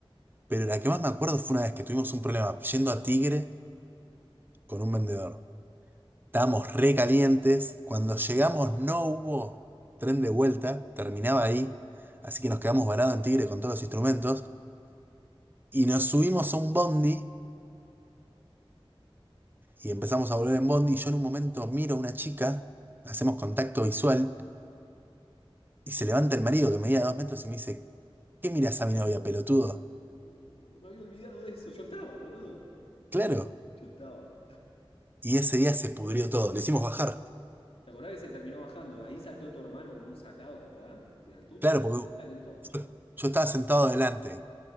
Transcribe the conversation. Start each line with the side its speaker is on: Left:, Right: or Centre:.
Right: pero la que más me acuerdo fue una vez que tuvimos un problema yendo a Tigre. con un vendedor. Estábamos re calientes. Cuando llegamos no hubo tren de vuelta, terminaba ahí. Así que nos quedamos varados en Tigre con todos los instrumentos. Y nos subimos a un bondi y empezamos a volver en bondi. Y yo en un momento miro a una chica, hacemos contacto visual y se levanta el marido que medía dos metros y me dice, ¿qué miras a mi novia, pelotudo?
Left: Uy, boludo, me había olvidado de eso. Yo estaba, boludo.
Right: Claro.
Left: Yo estaba.
Right: Y ese día se pudrió todo. Lo hicimos bajar.
Left: ¿Te acordás que se terminó bajando? Ahí saltó tu hermano como un sacado, ¿te acordás? Sí, El tuta
Right: Claro,
Left: se
Right: porque
Left: calentó.
Right: yo, yo estaba sentado adelante.